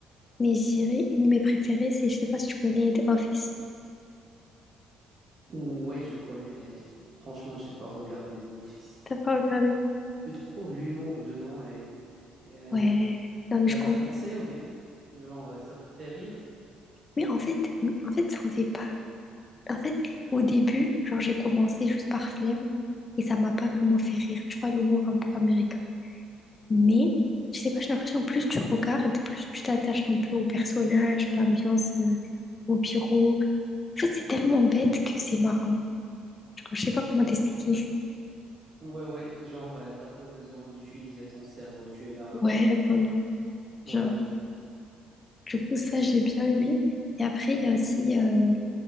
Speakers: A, on the left; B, on the right.
A: Mais je dirais, une de mes préférées, c'est, je sais pas si tu connais The Office.
B: Ouais, je connais, mais franchement, j'ai pas regardé de Office.
A: T'as pas regardé?
B: Tu trouves l'humour dedans et, et,
A: Ouais, non mais
B: et
A: je
B: avancé
A: comprends.
B: ou bien genre euh, ça te fait rire?
A: Mais en fait, en fait, ça en fait pas. En fait, au début, genre j'ai commencé juste par flemme et ça m'a pas vraiment fait rire. Tu vois, l'humour un peu américain. Mais je sais pas, j'ai l'impression plus tu regardes, plus tu t'attaches un peu au personnage, à l'ambiance, euh, au bureau. En fait, c'est tellement bête que c'est marrant. Genre, je sais pas comment t'expliquer.
B: Ouais, ouais, genre euh, t'as pas besoin d'utiliser ton cerveau, tu es là.
A: Ouais, <laughs> voilà. Genre,
B: Ouais, ouais.
A: du coup, ça, j'ai bien aimé. Et après, il y a aussi, euh,